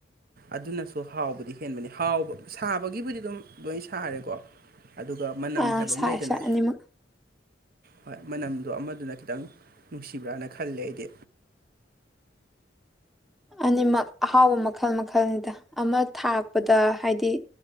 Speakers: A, on the right; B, in the centre.
A: ꯑꯗꯨꯅꯁꯨ ꯍꯥꯎꯕꯗꯤ ꯍꯦꯟꯕꯅꯤ ꯍꯥꯎꯕ ꯁꯥꯕꯒꯤꯕꯨꯗꯤ ꯑꯗꯨꯝ ꯂꯣꯏ ꯁꯥꯔꯦꯀꯣ ꯑꯗꯨꯒ ꯃꯅꯝ
B: ꯑꯥ
A: ꯍꯥꯏꯕ
B: ꯁꯥꯏ
A: ꯑꯃ ꯂꯩꯗꯅ
B: ꯁꯥꯏ ꯑꯅꯤꯃꯛ
A: ꯍꯣꯏ ꯃꯅꯝꯗꯣ ꯑꯃꯗꯨꯅ ꯈꯤꯇꯪ ꯅꯨꯡꯁꯤꯕ꯭ꯔꯥꯅ ꯈꯜꯂꯦ ꯑꯩꯗꯤ
B: ꯑꯅꯤꯃꯛ ꯑꯍꯥꯎꯕ ꯃꯈꯜ ꯃꯈꯜꯅꯤꯗ ꯑꯃ ꯊꯥꯛꯄꯗ ꯍꯥꯏꯗꯤ